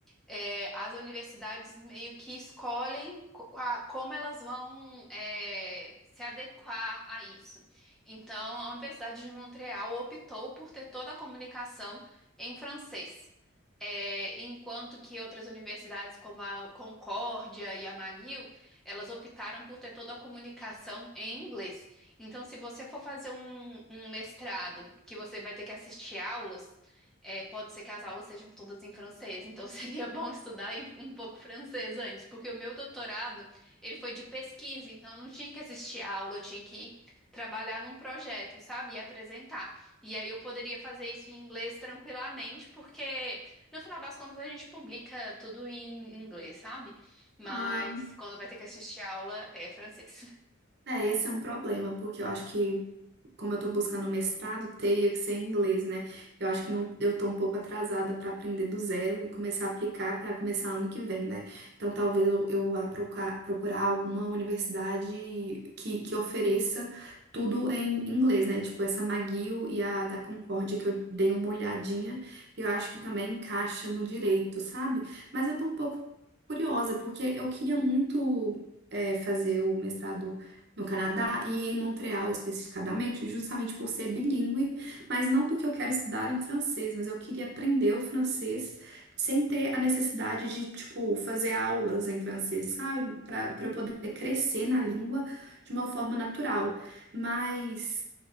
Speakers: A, in the centre; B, on the right.
A: é, as universidades meio que escolhem co- a- como elas vão é, se adequar a isso. Então, a Universidade de Montreal optou por ter toda a comunicação em francês, É, enquanto que outras universidades, como a Concórdia e a McGill, elas optaram por ter toda a comunicação em inglês. Então, se você for fazer um um mestrado que você vai ter que assistir aulas, é, pode ser que as aulas sejam todas em francês, então <laughs> seria bom estudar em- um pouco francês antes, porque o meu doutorado, ele foi de pesquisa, então eu não tinha que assistir a aula, eu tinha que trabalhar num projeto, sabe? E apresentar. E aí eu poderia fazer isso em inglês tranquilamente, porque no final das contas a gente publica tudo em inglês, sabe? Mas
B: Ah,
A: quando vai ter que assistir a aula é francês.
B: É, esse é um problema, porque eu acho que, como eu tô buscando um mestrado, teria que ser em inglês, né? Eu acho que não, eu tô um pouco atrasada para aprender do zero e começar a aplicar para começar ano que vem, né? Então talvez eu, eu vá procurar, procurar alguma universidade que, que ofereça tudo em inglês, né? Tipo essa McGill e a da Concórdia, que eu dei uma olhadinha, e eu acho que também encaixa no direito, sabe? Mas eu tô um pouco curiosa, porque eu queria muito. é, fazer o mestrado no Canadá e em Montreal especificadamente, justamente por ser bilíngue, mas não porque eu quero estudar em francês, mas eu queria aprender o francês sem ter a necessidade de, tipo, fazer aulas em francês, sabe? Para para eu poder crescer na língua de uma forma natural. Mas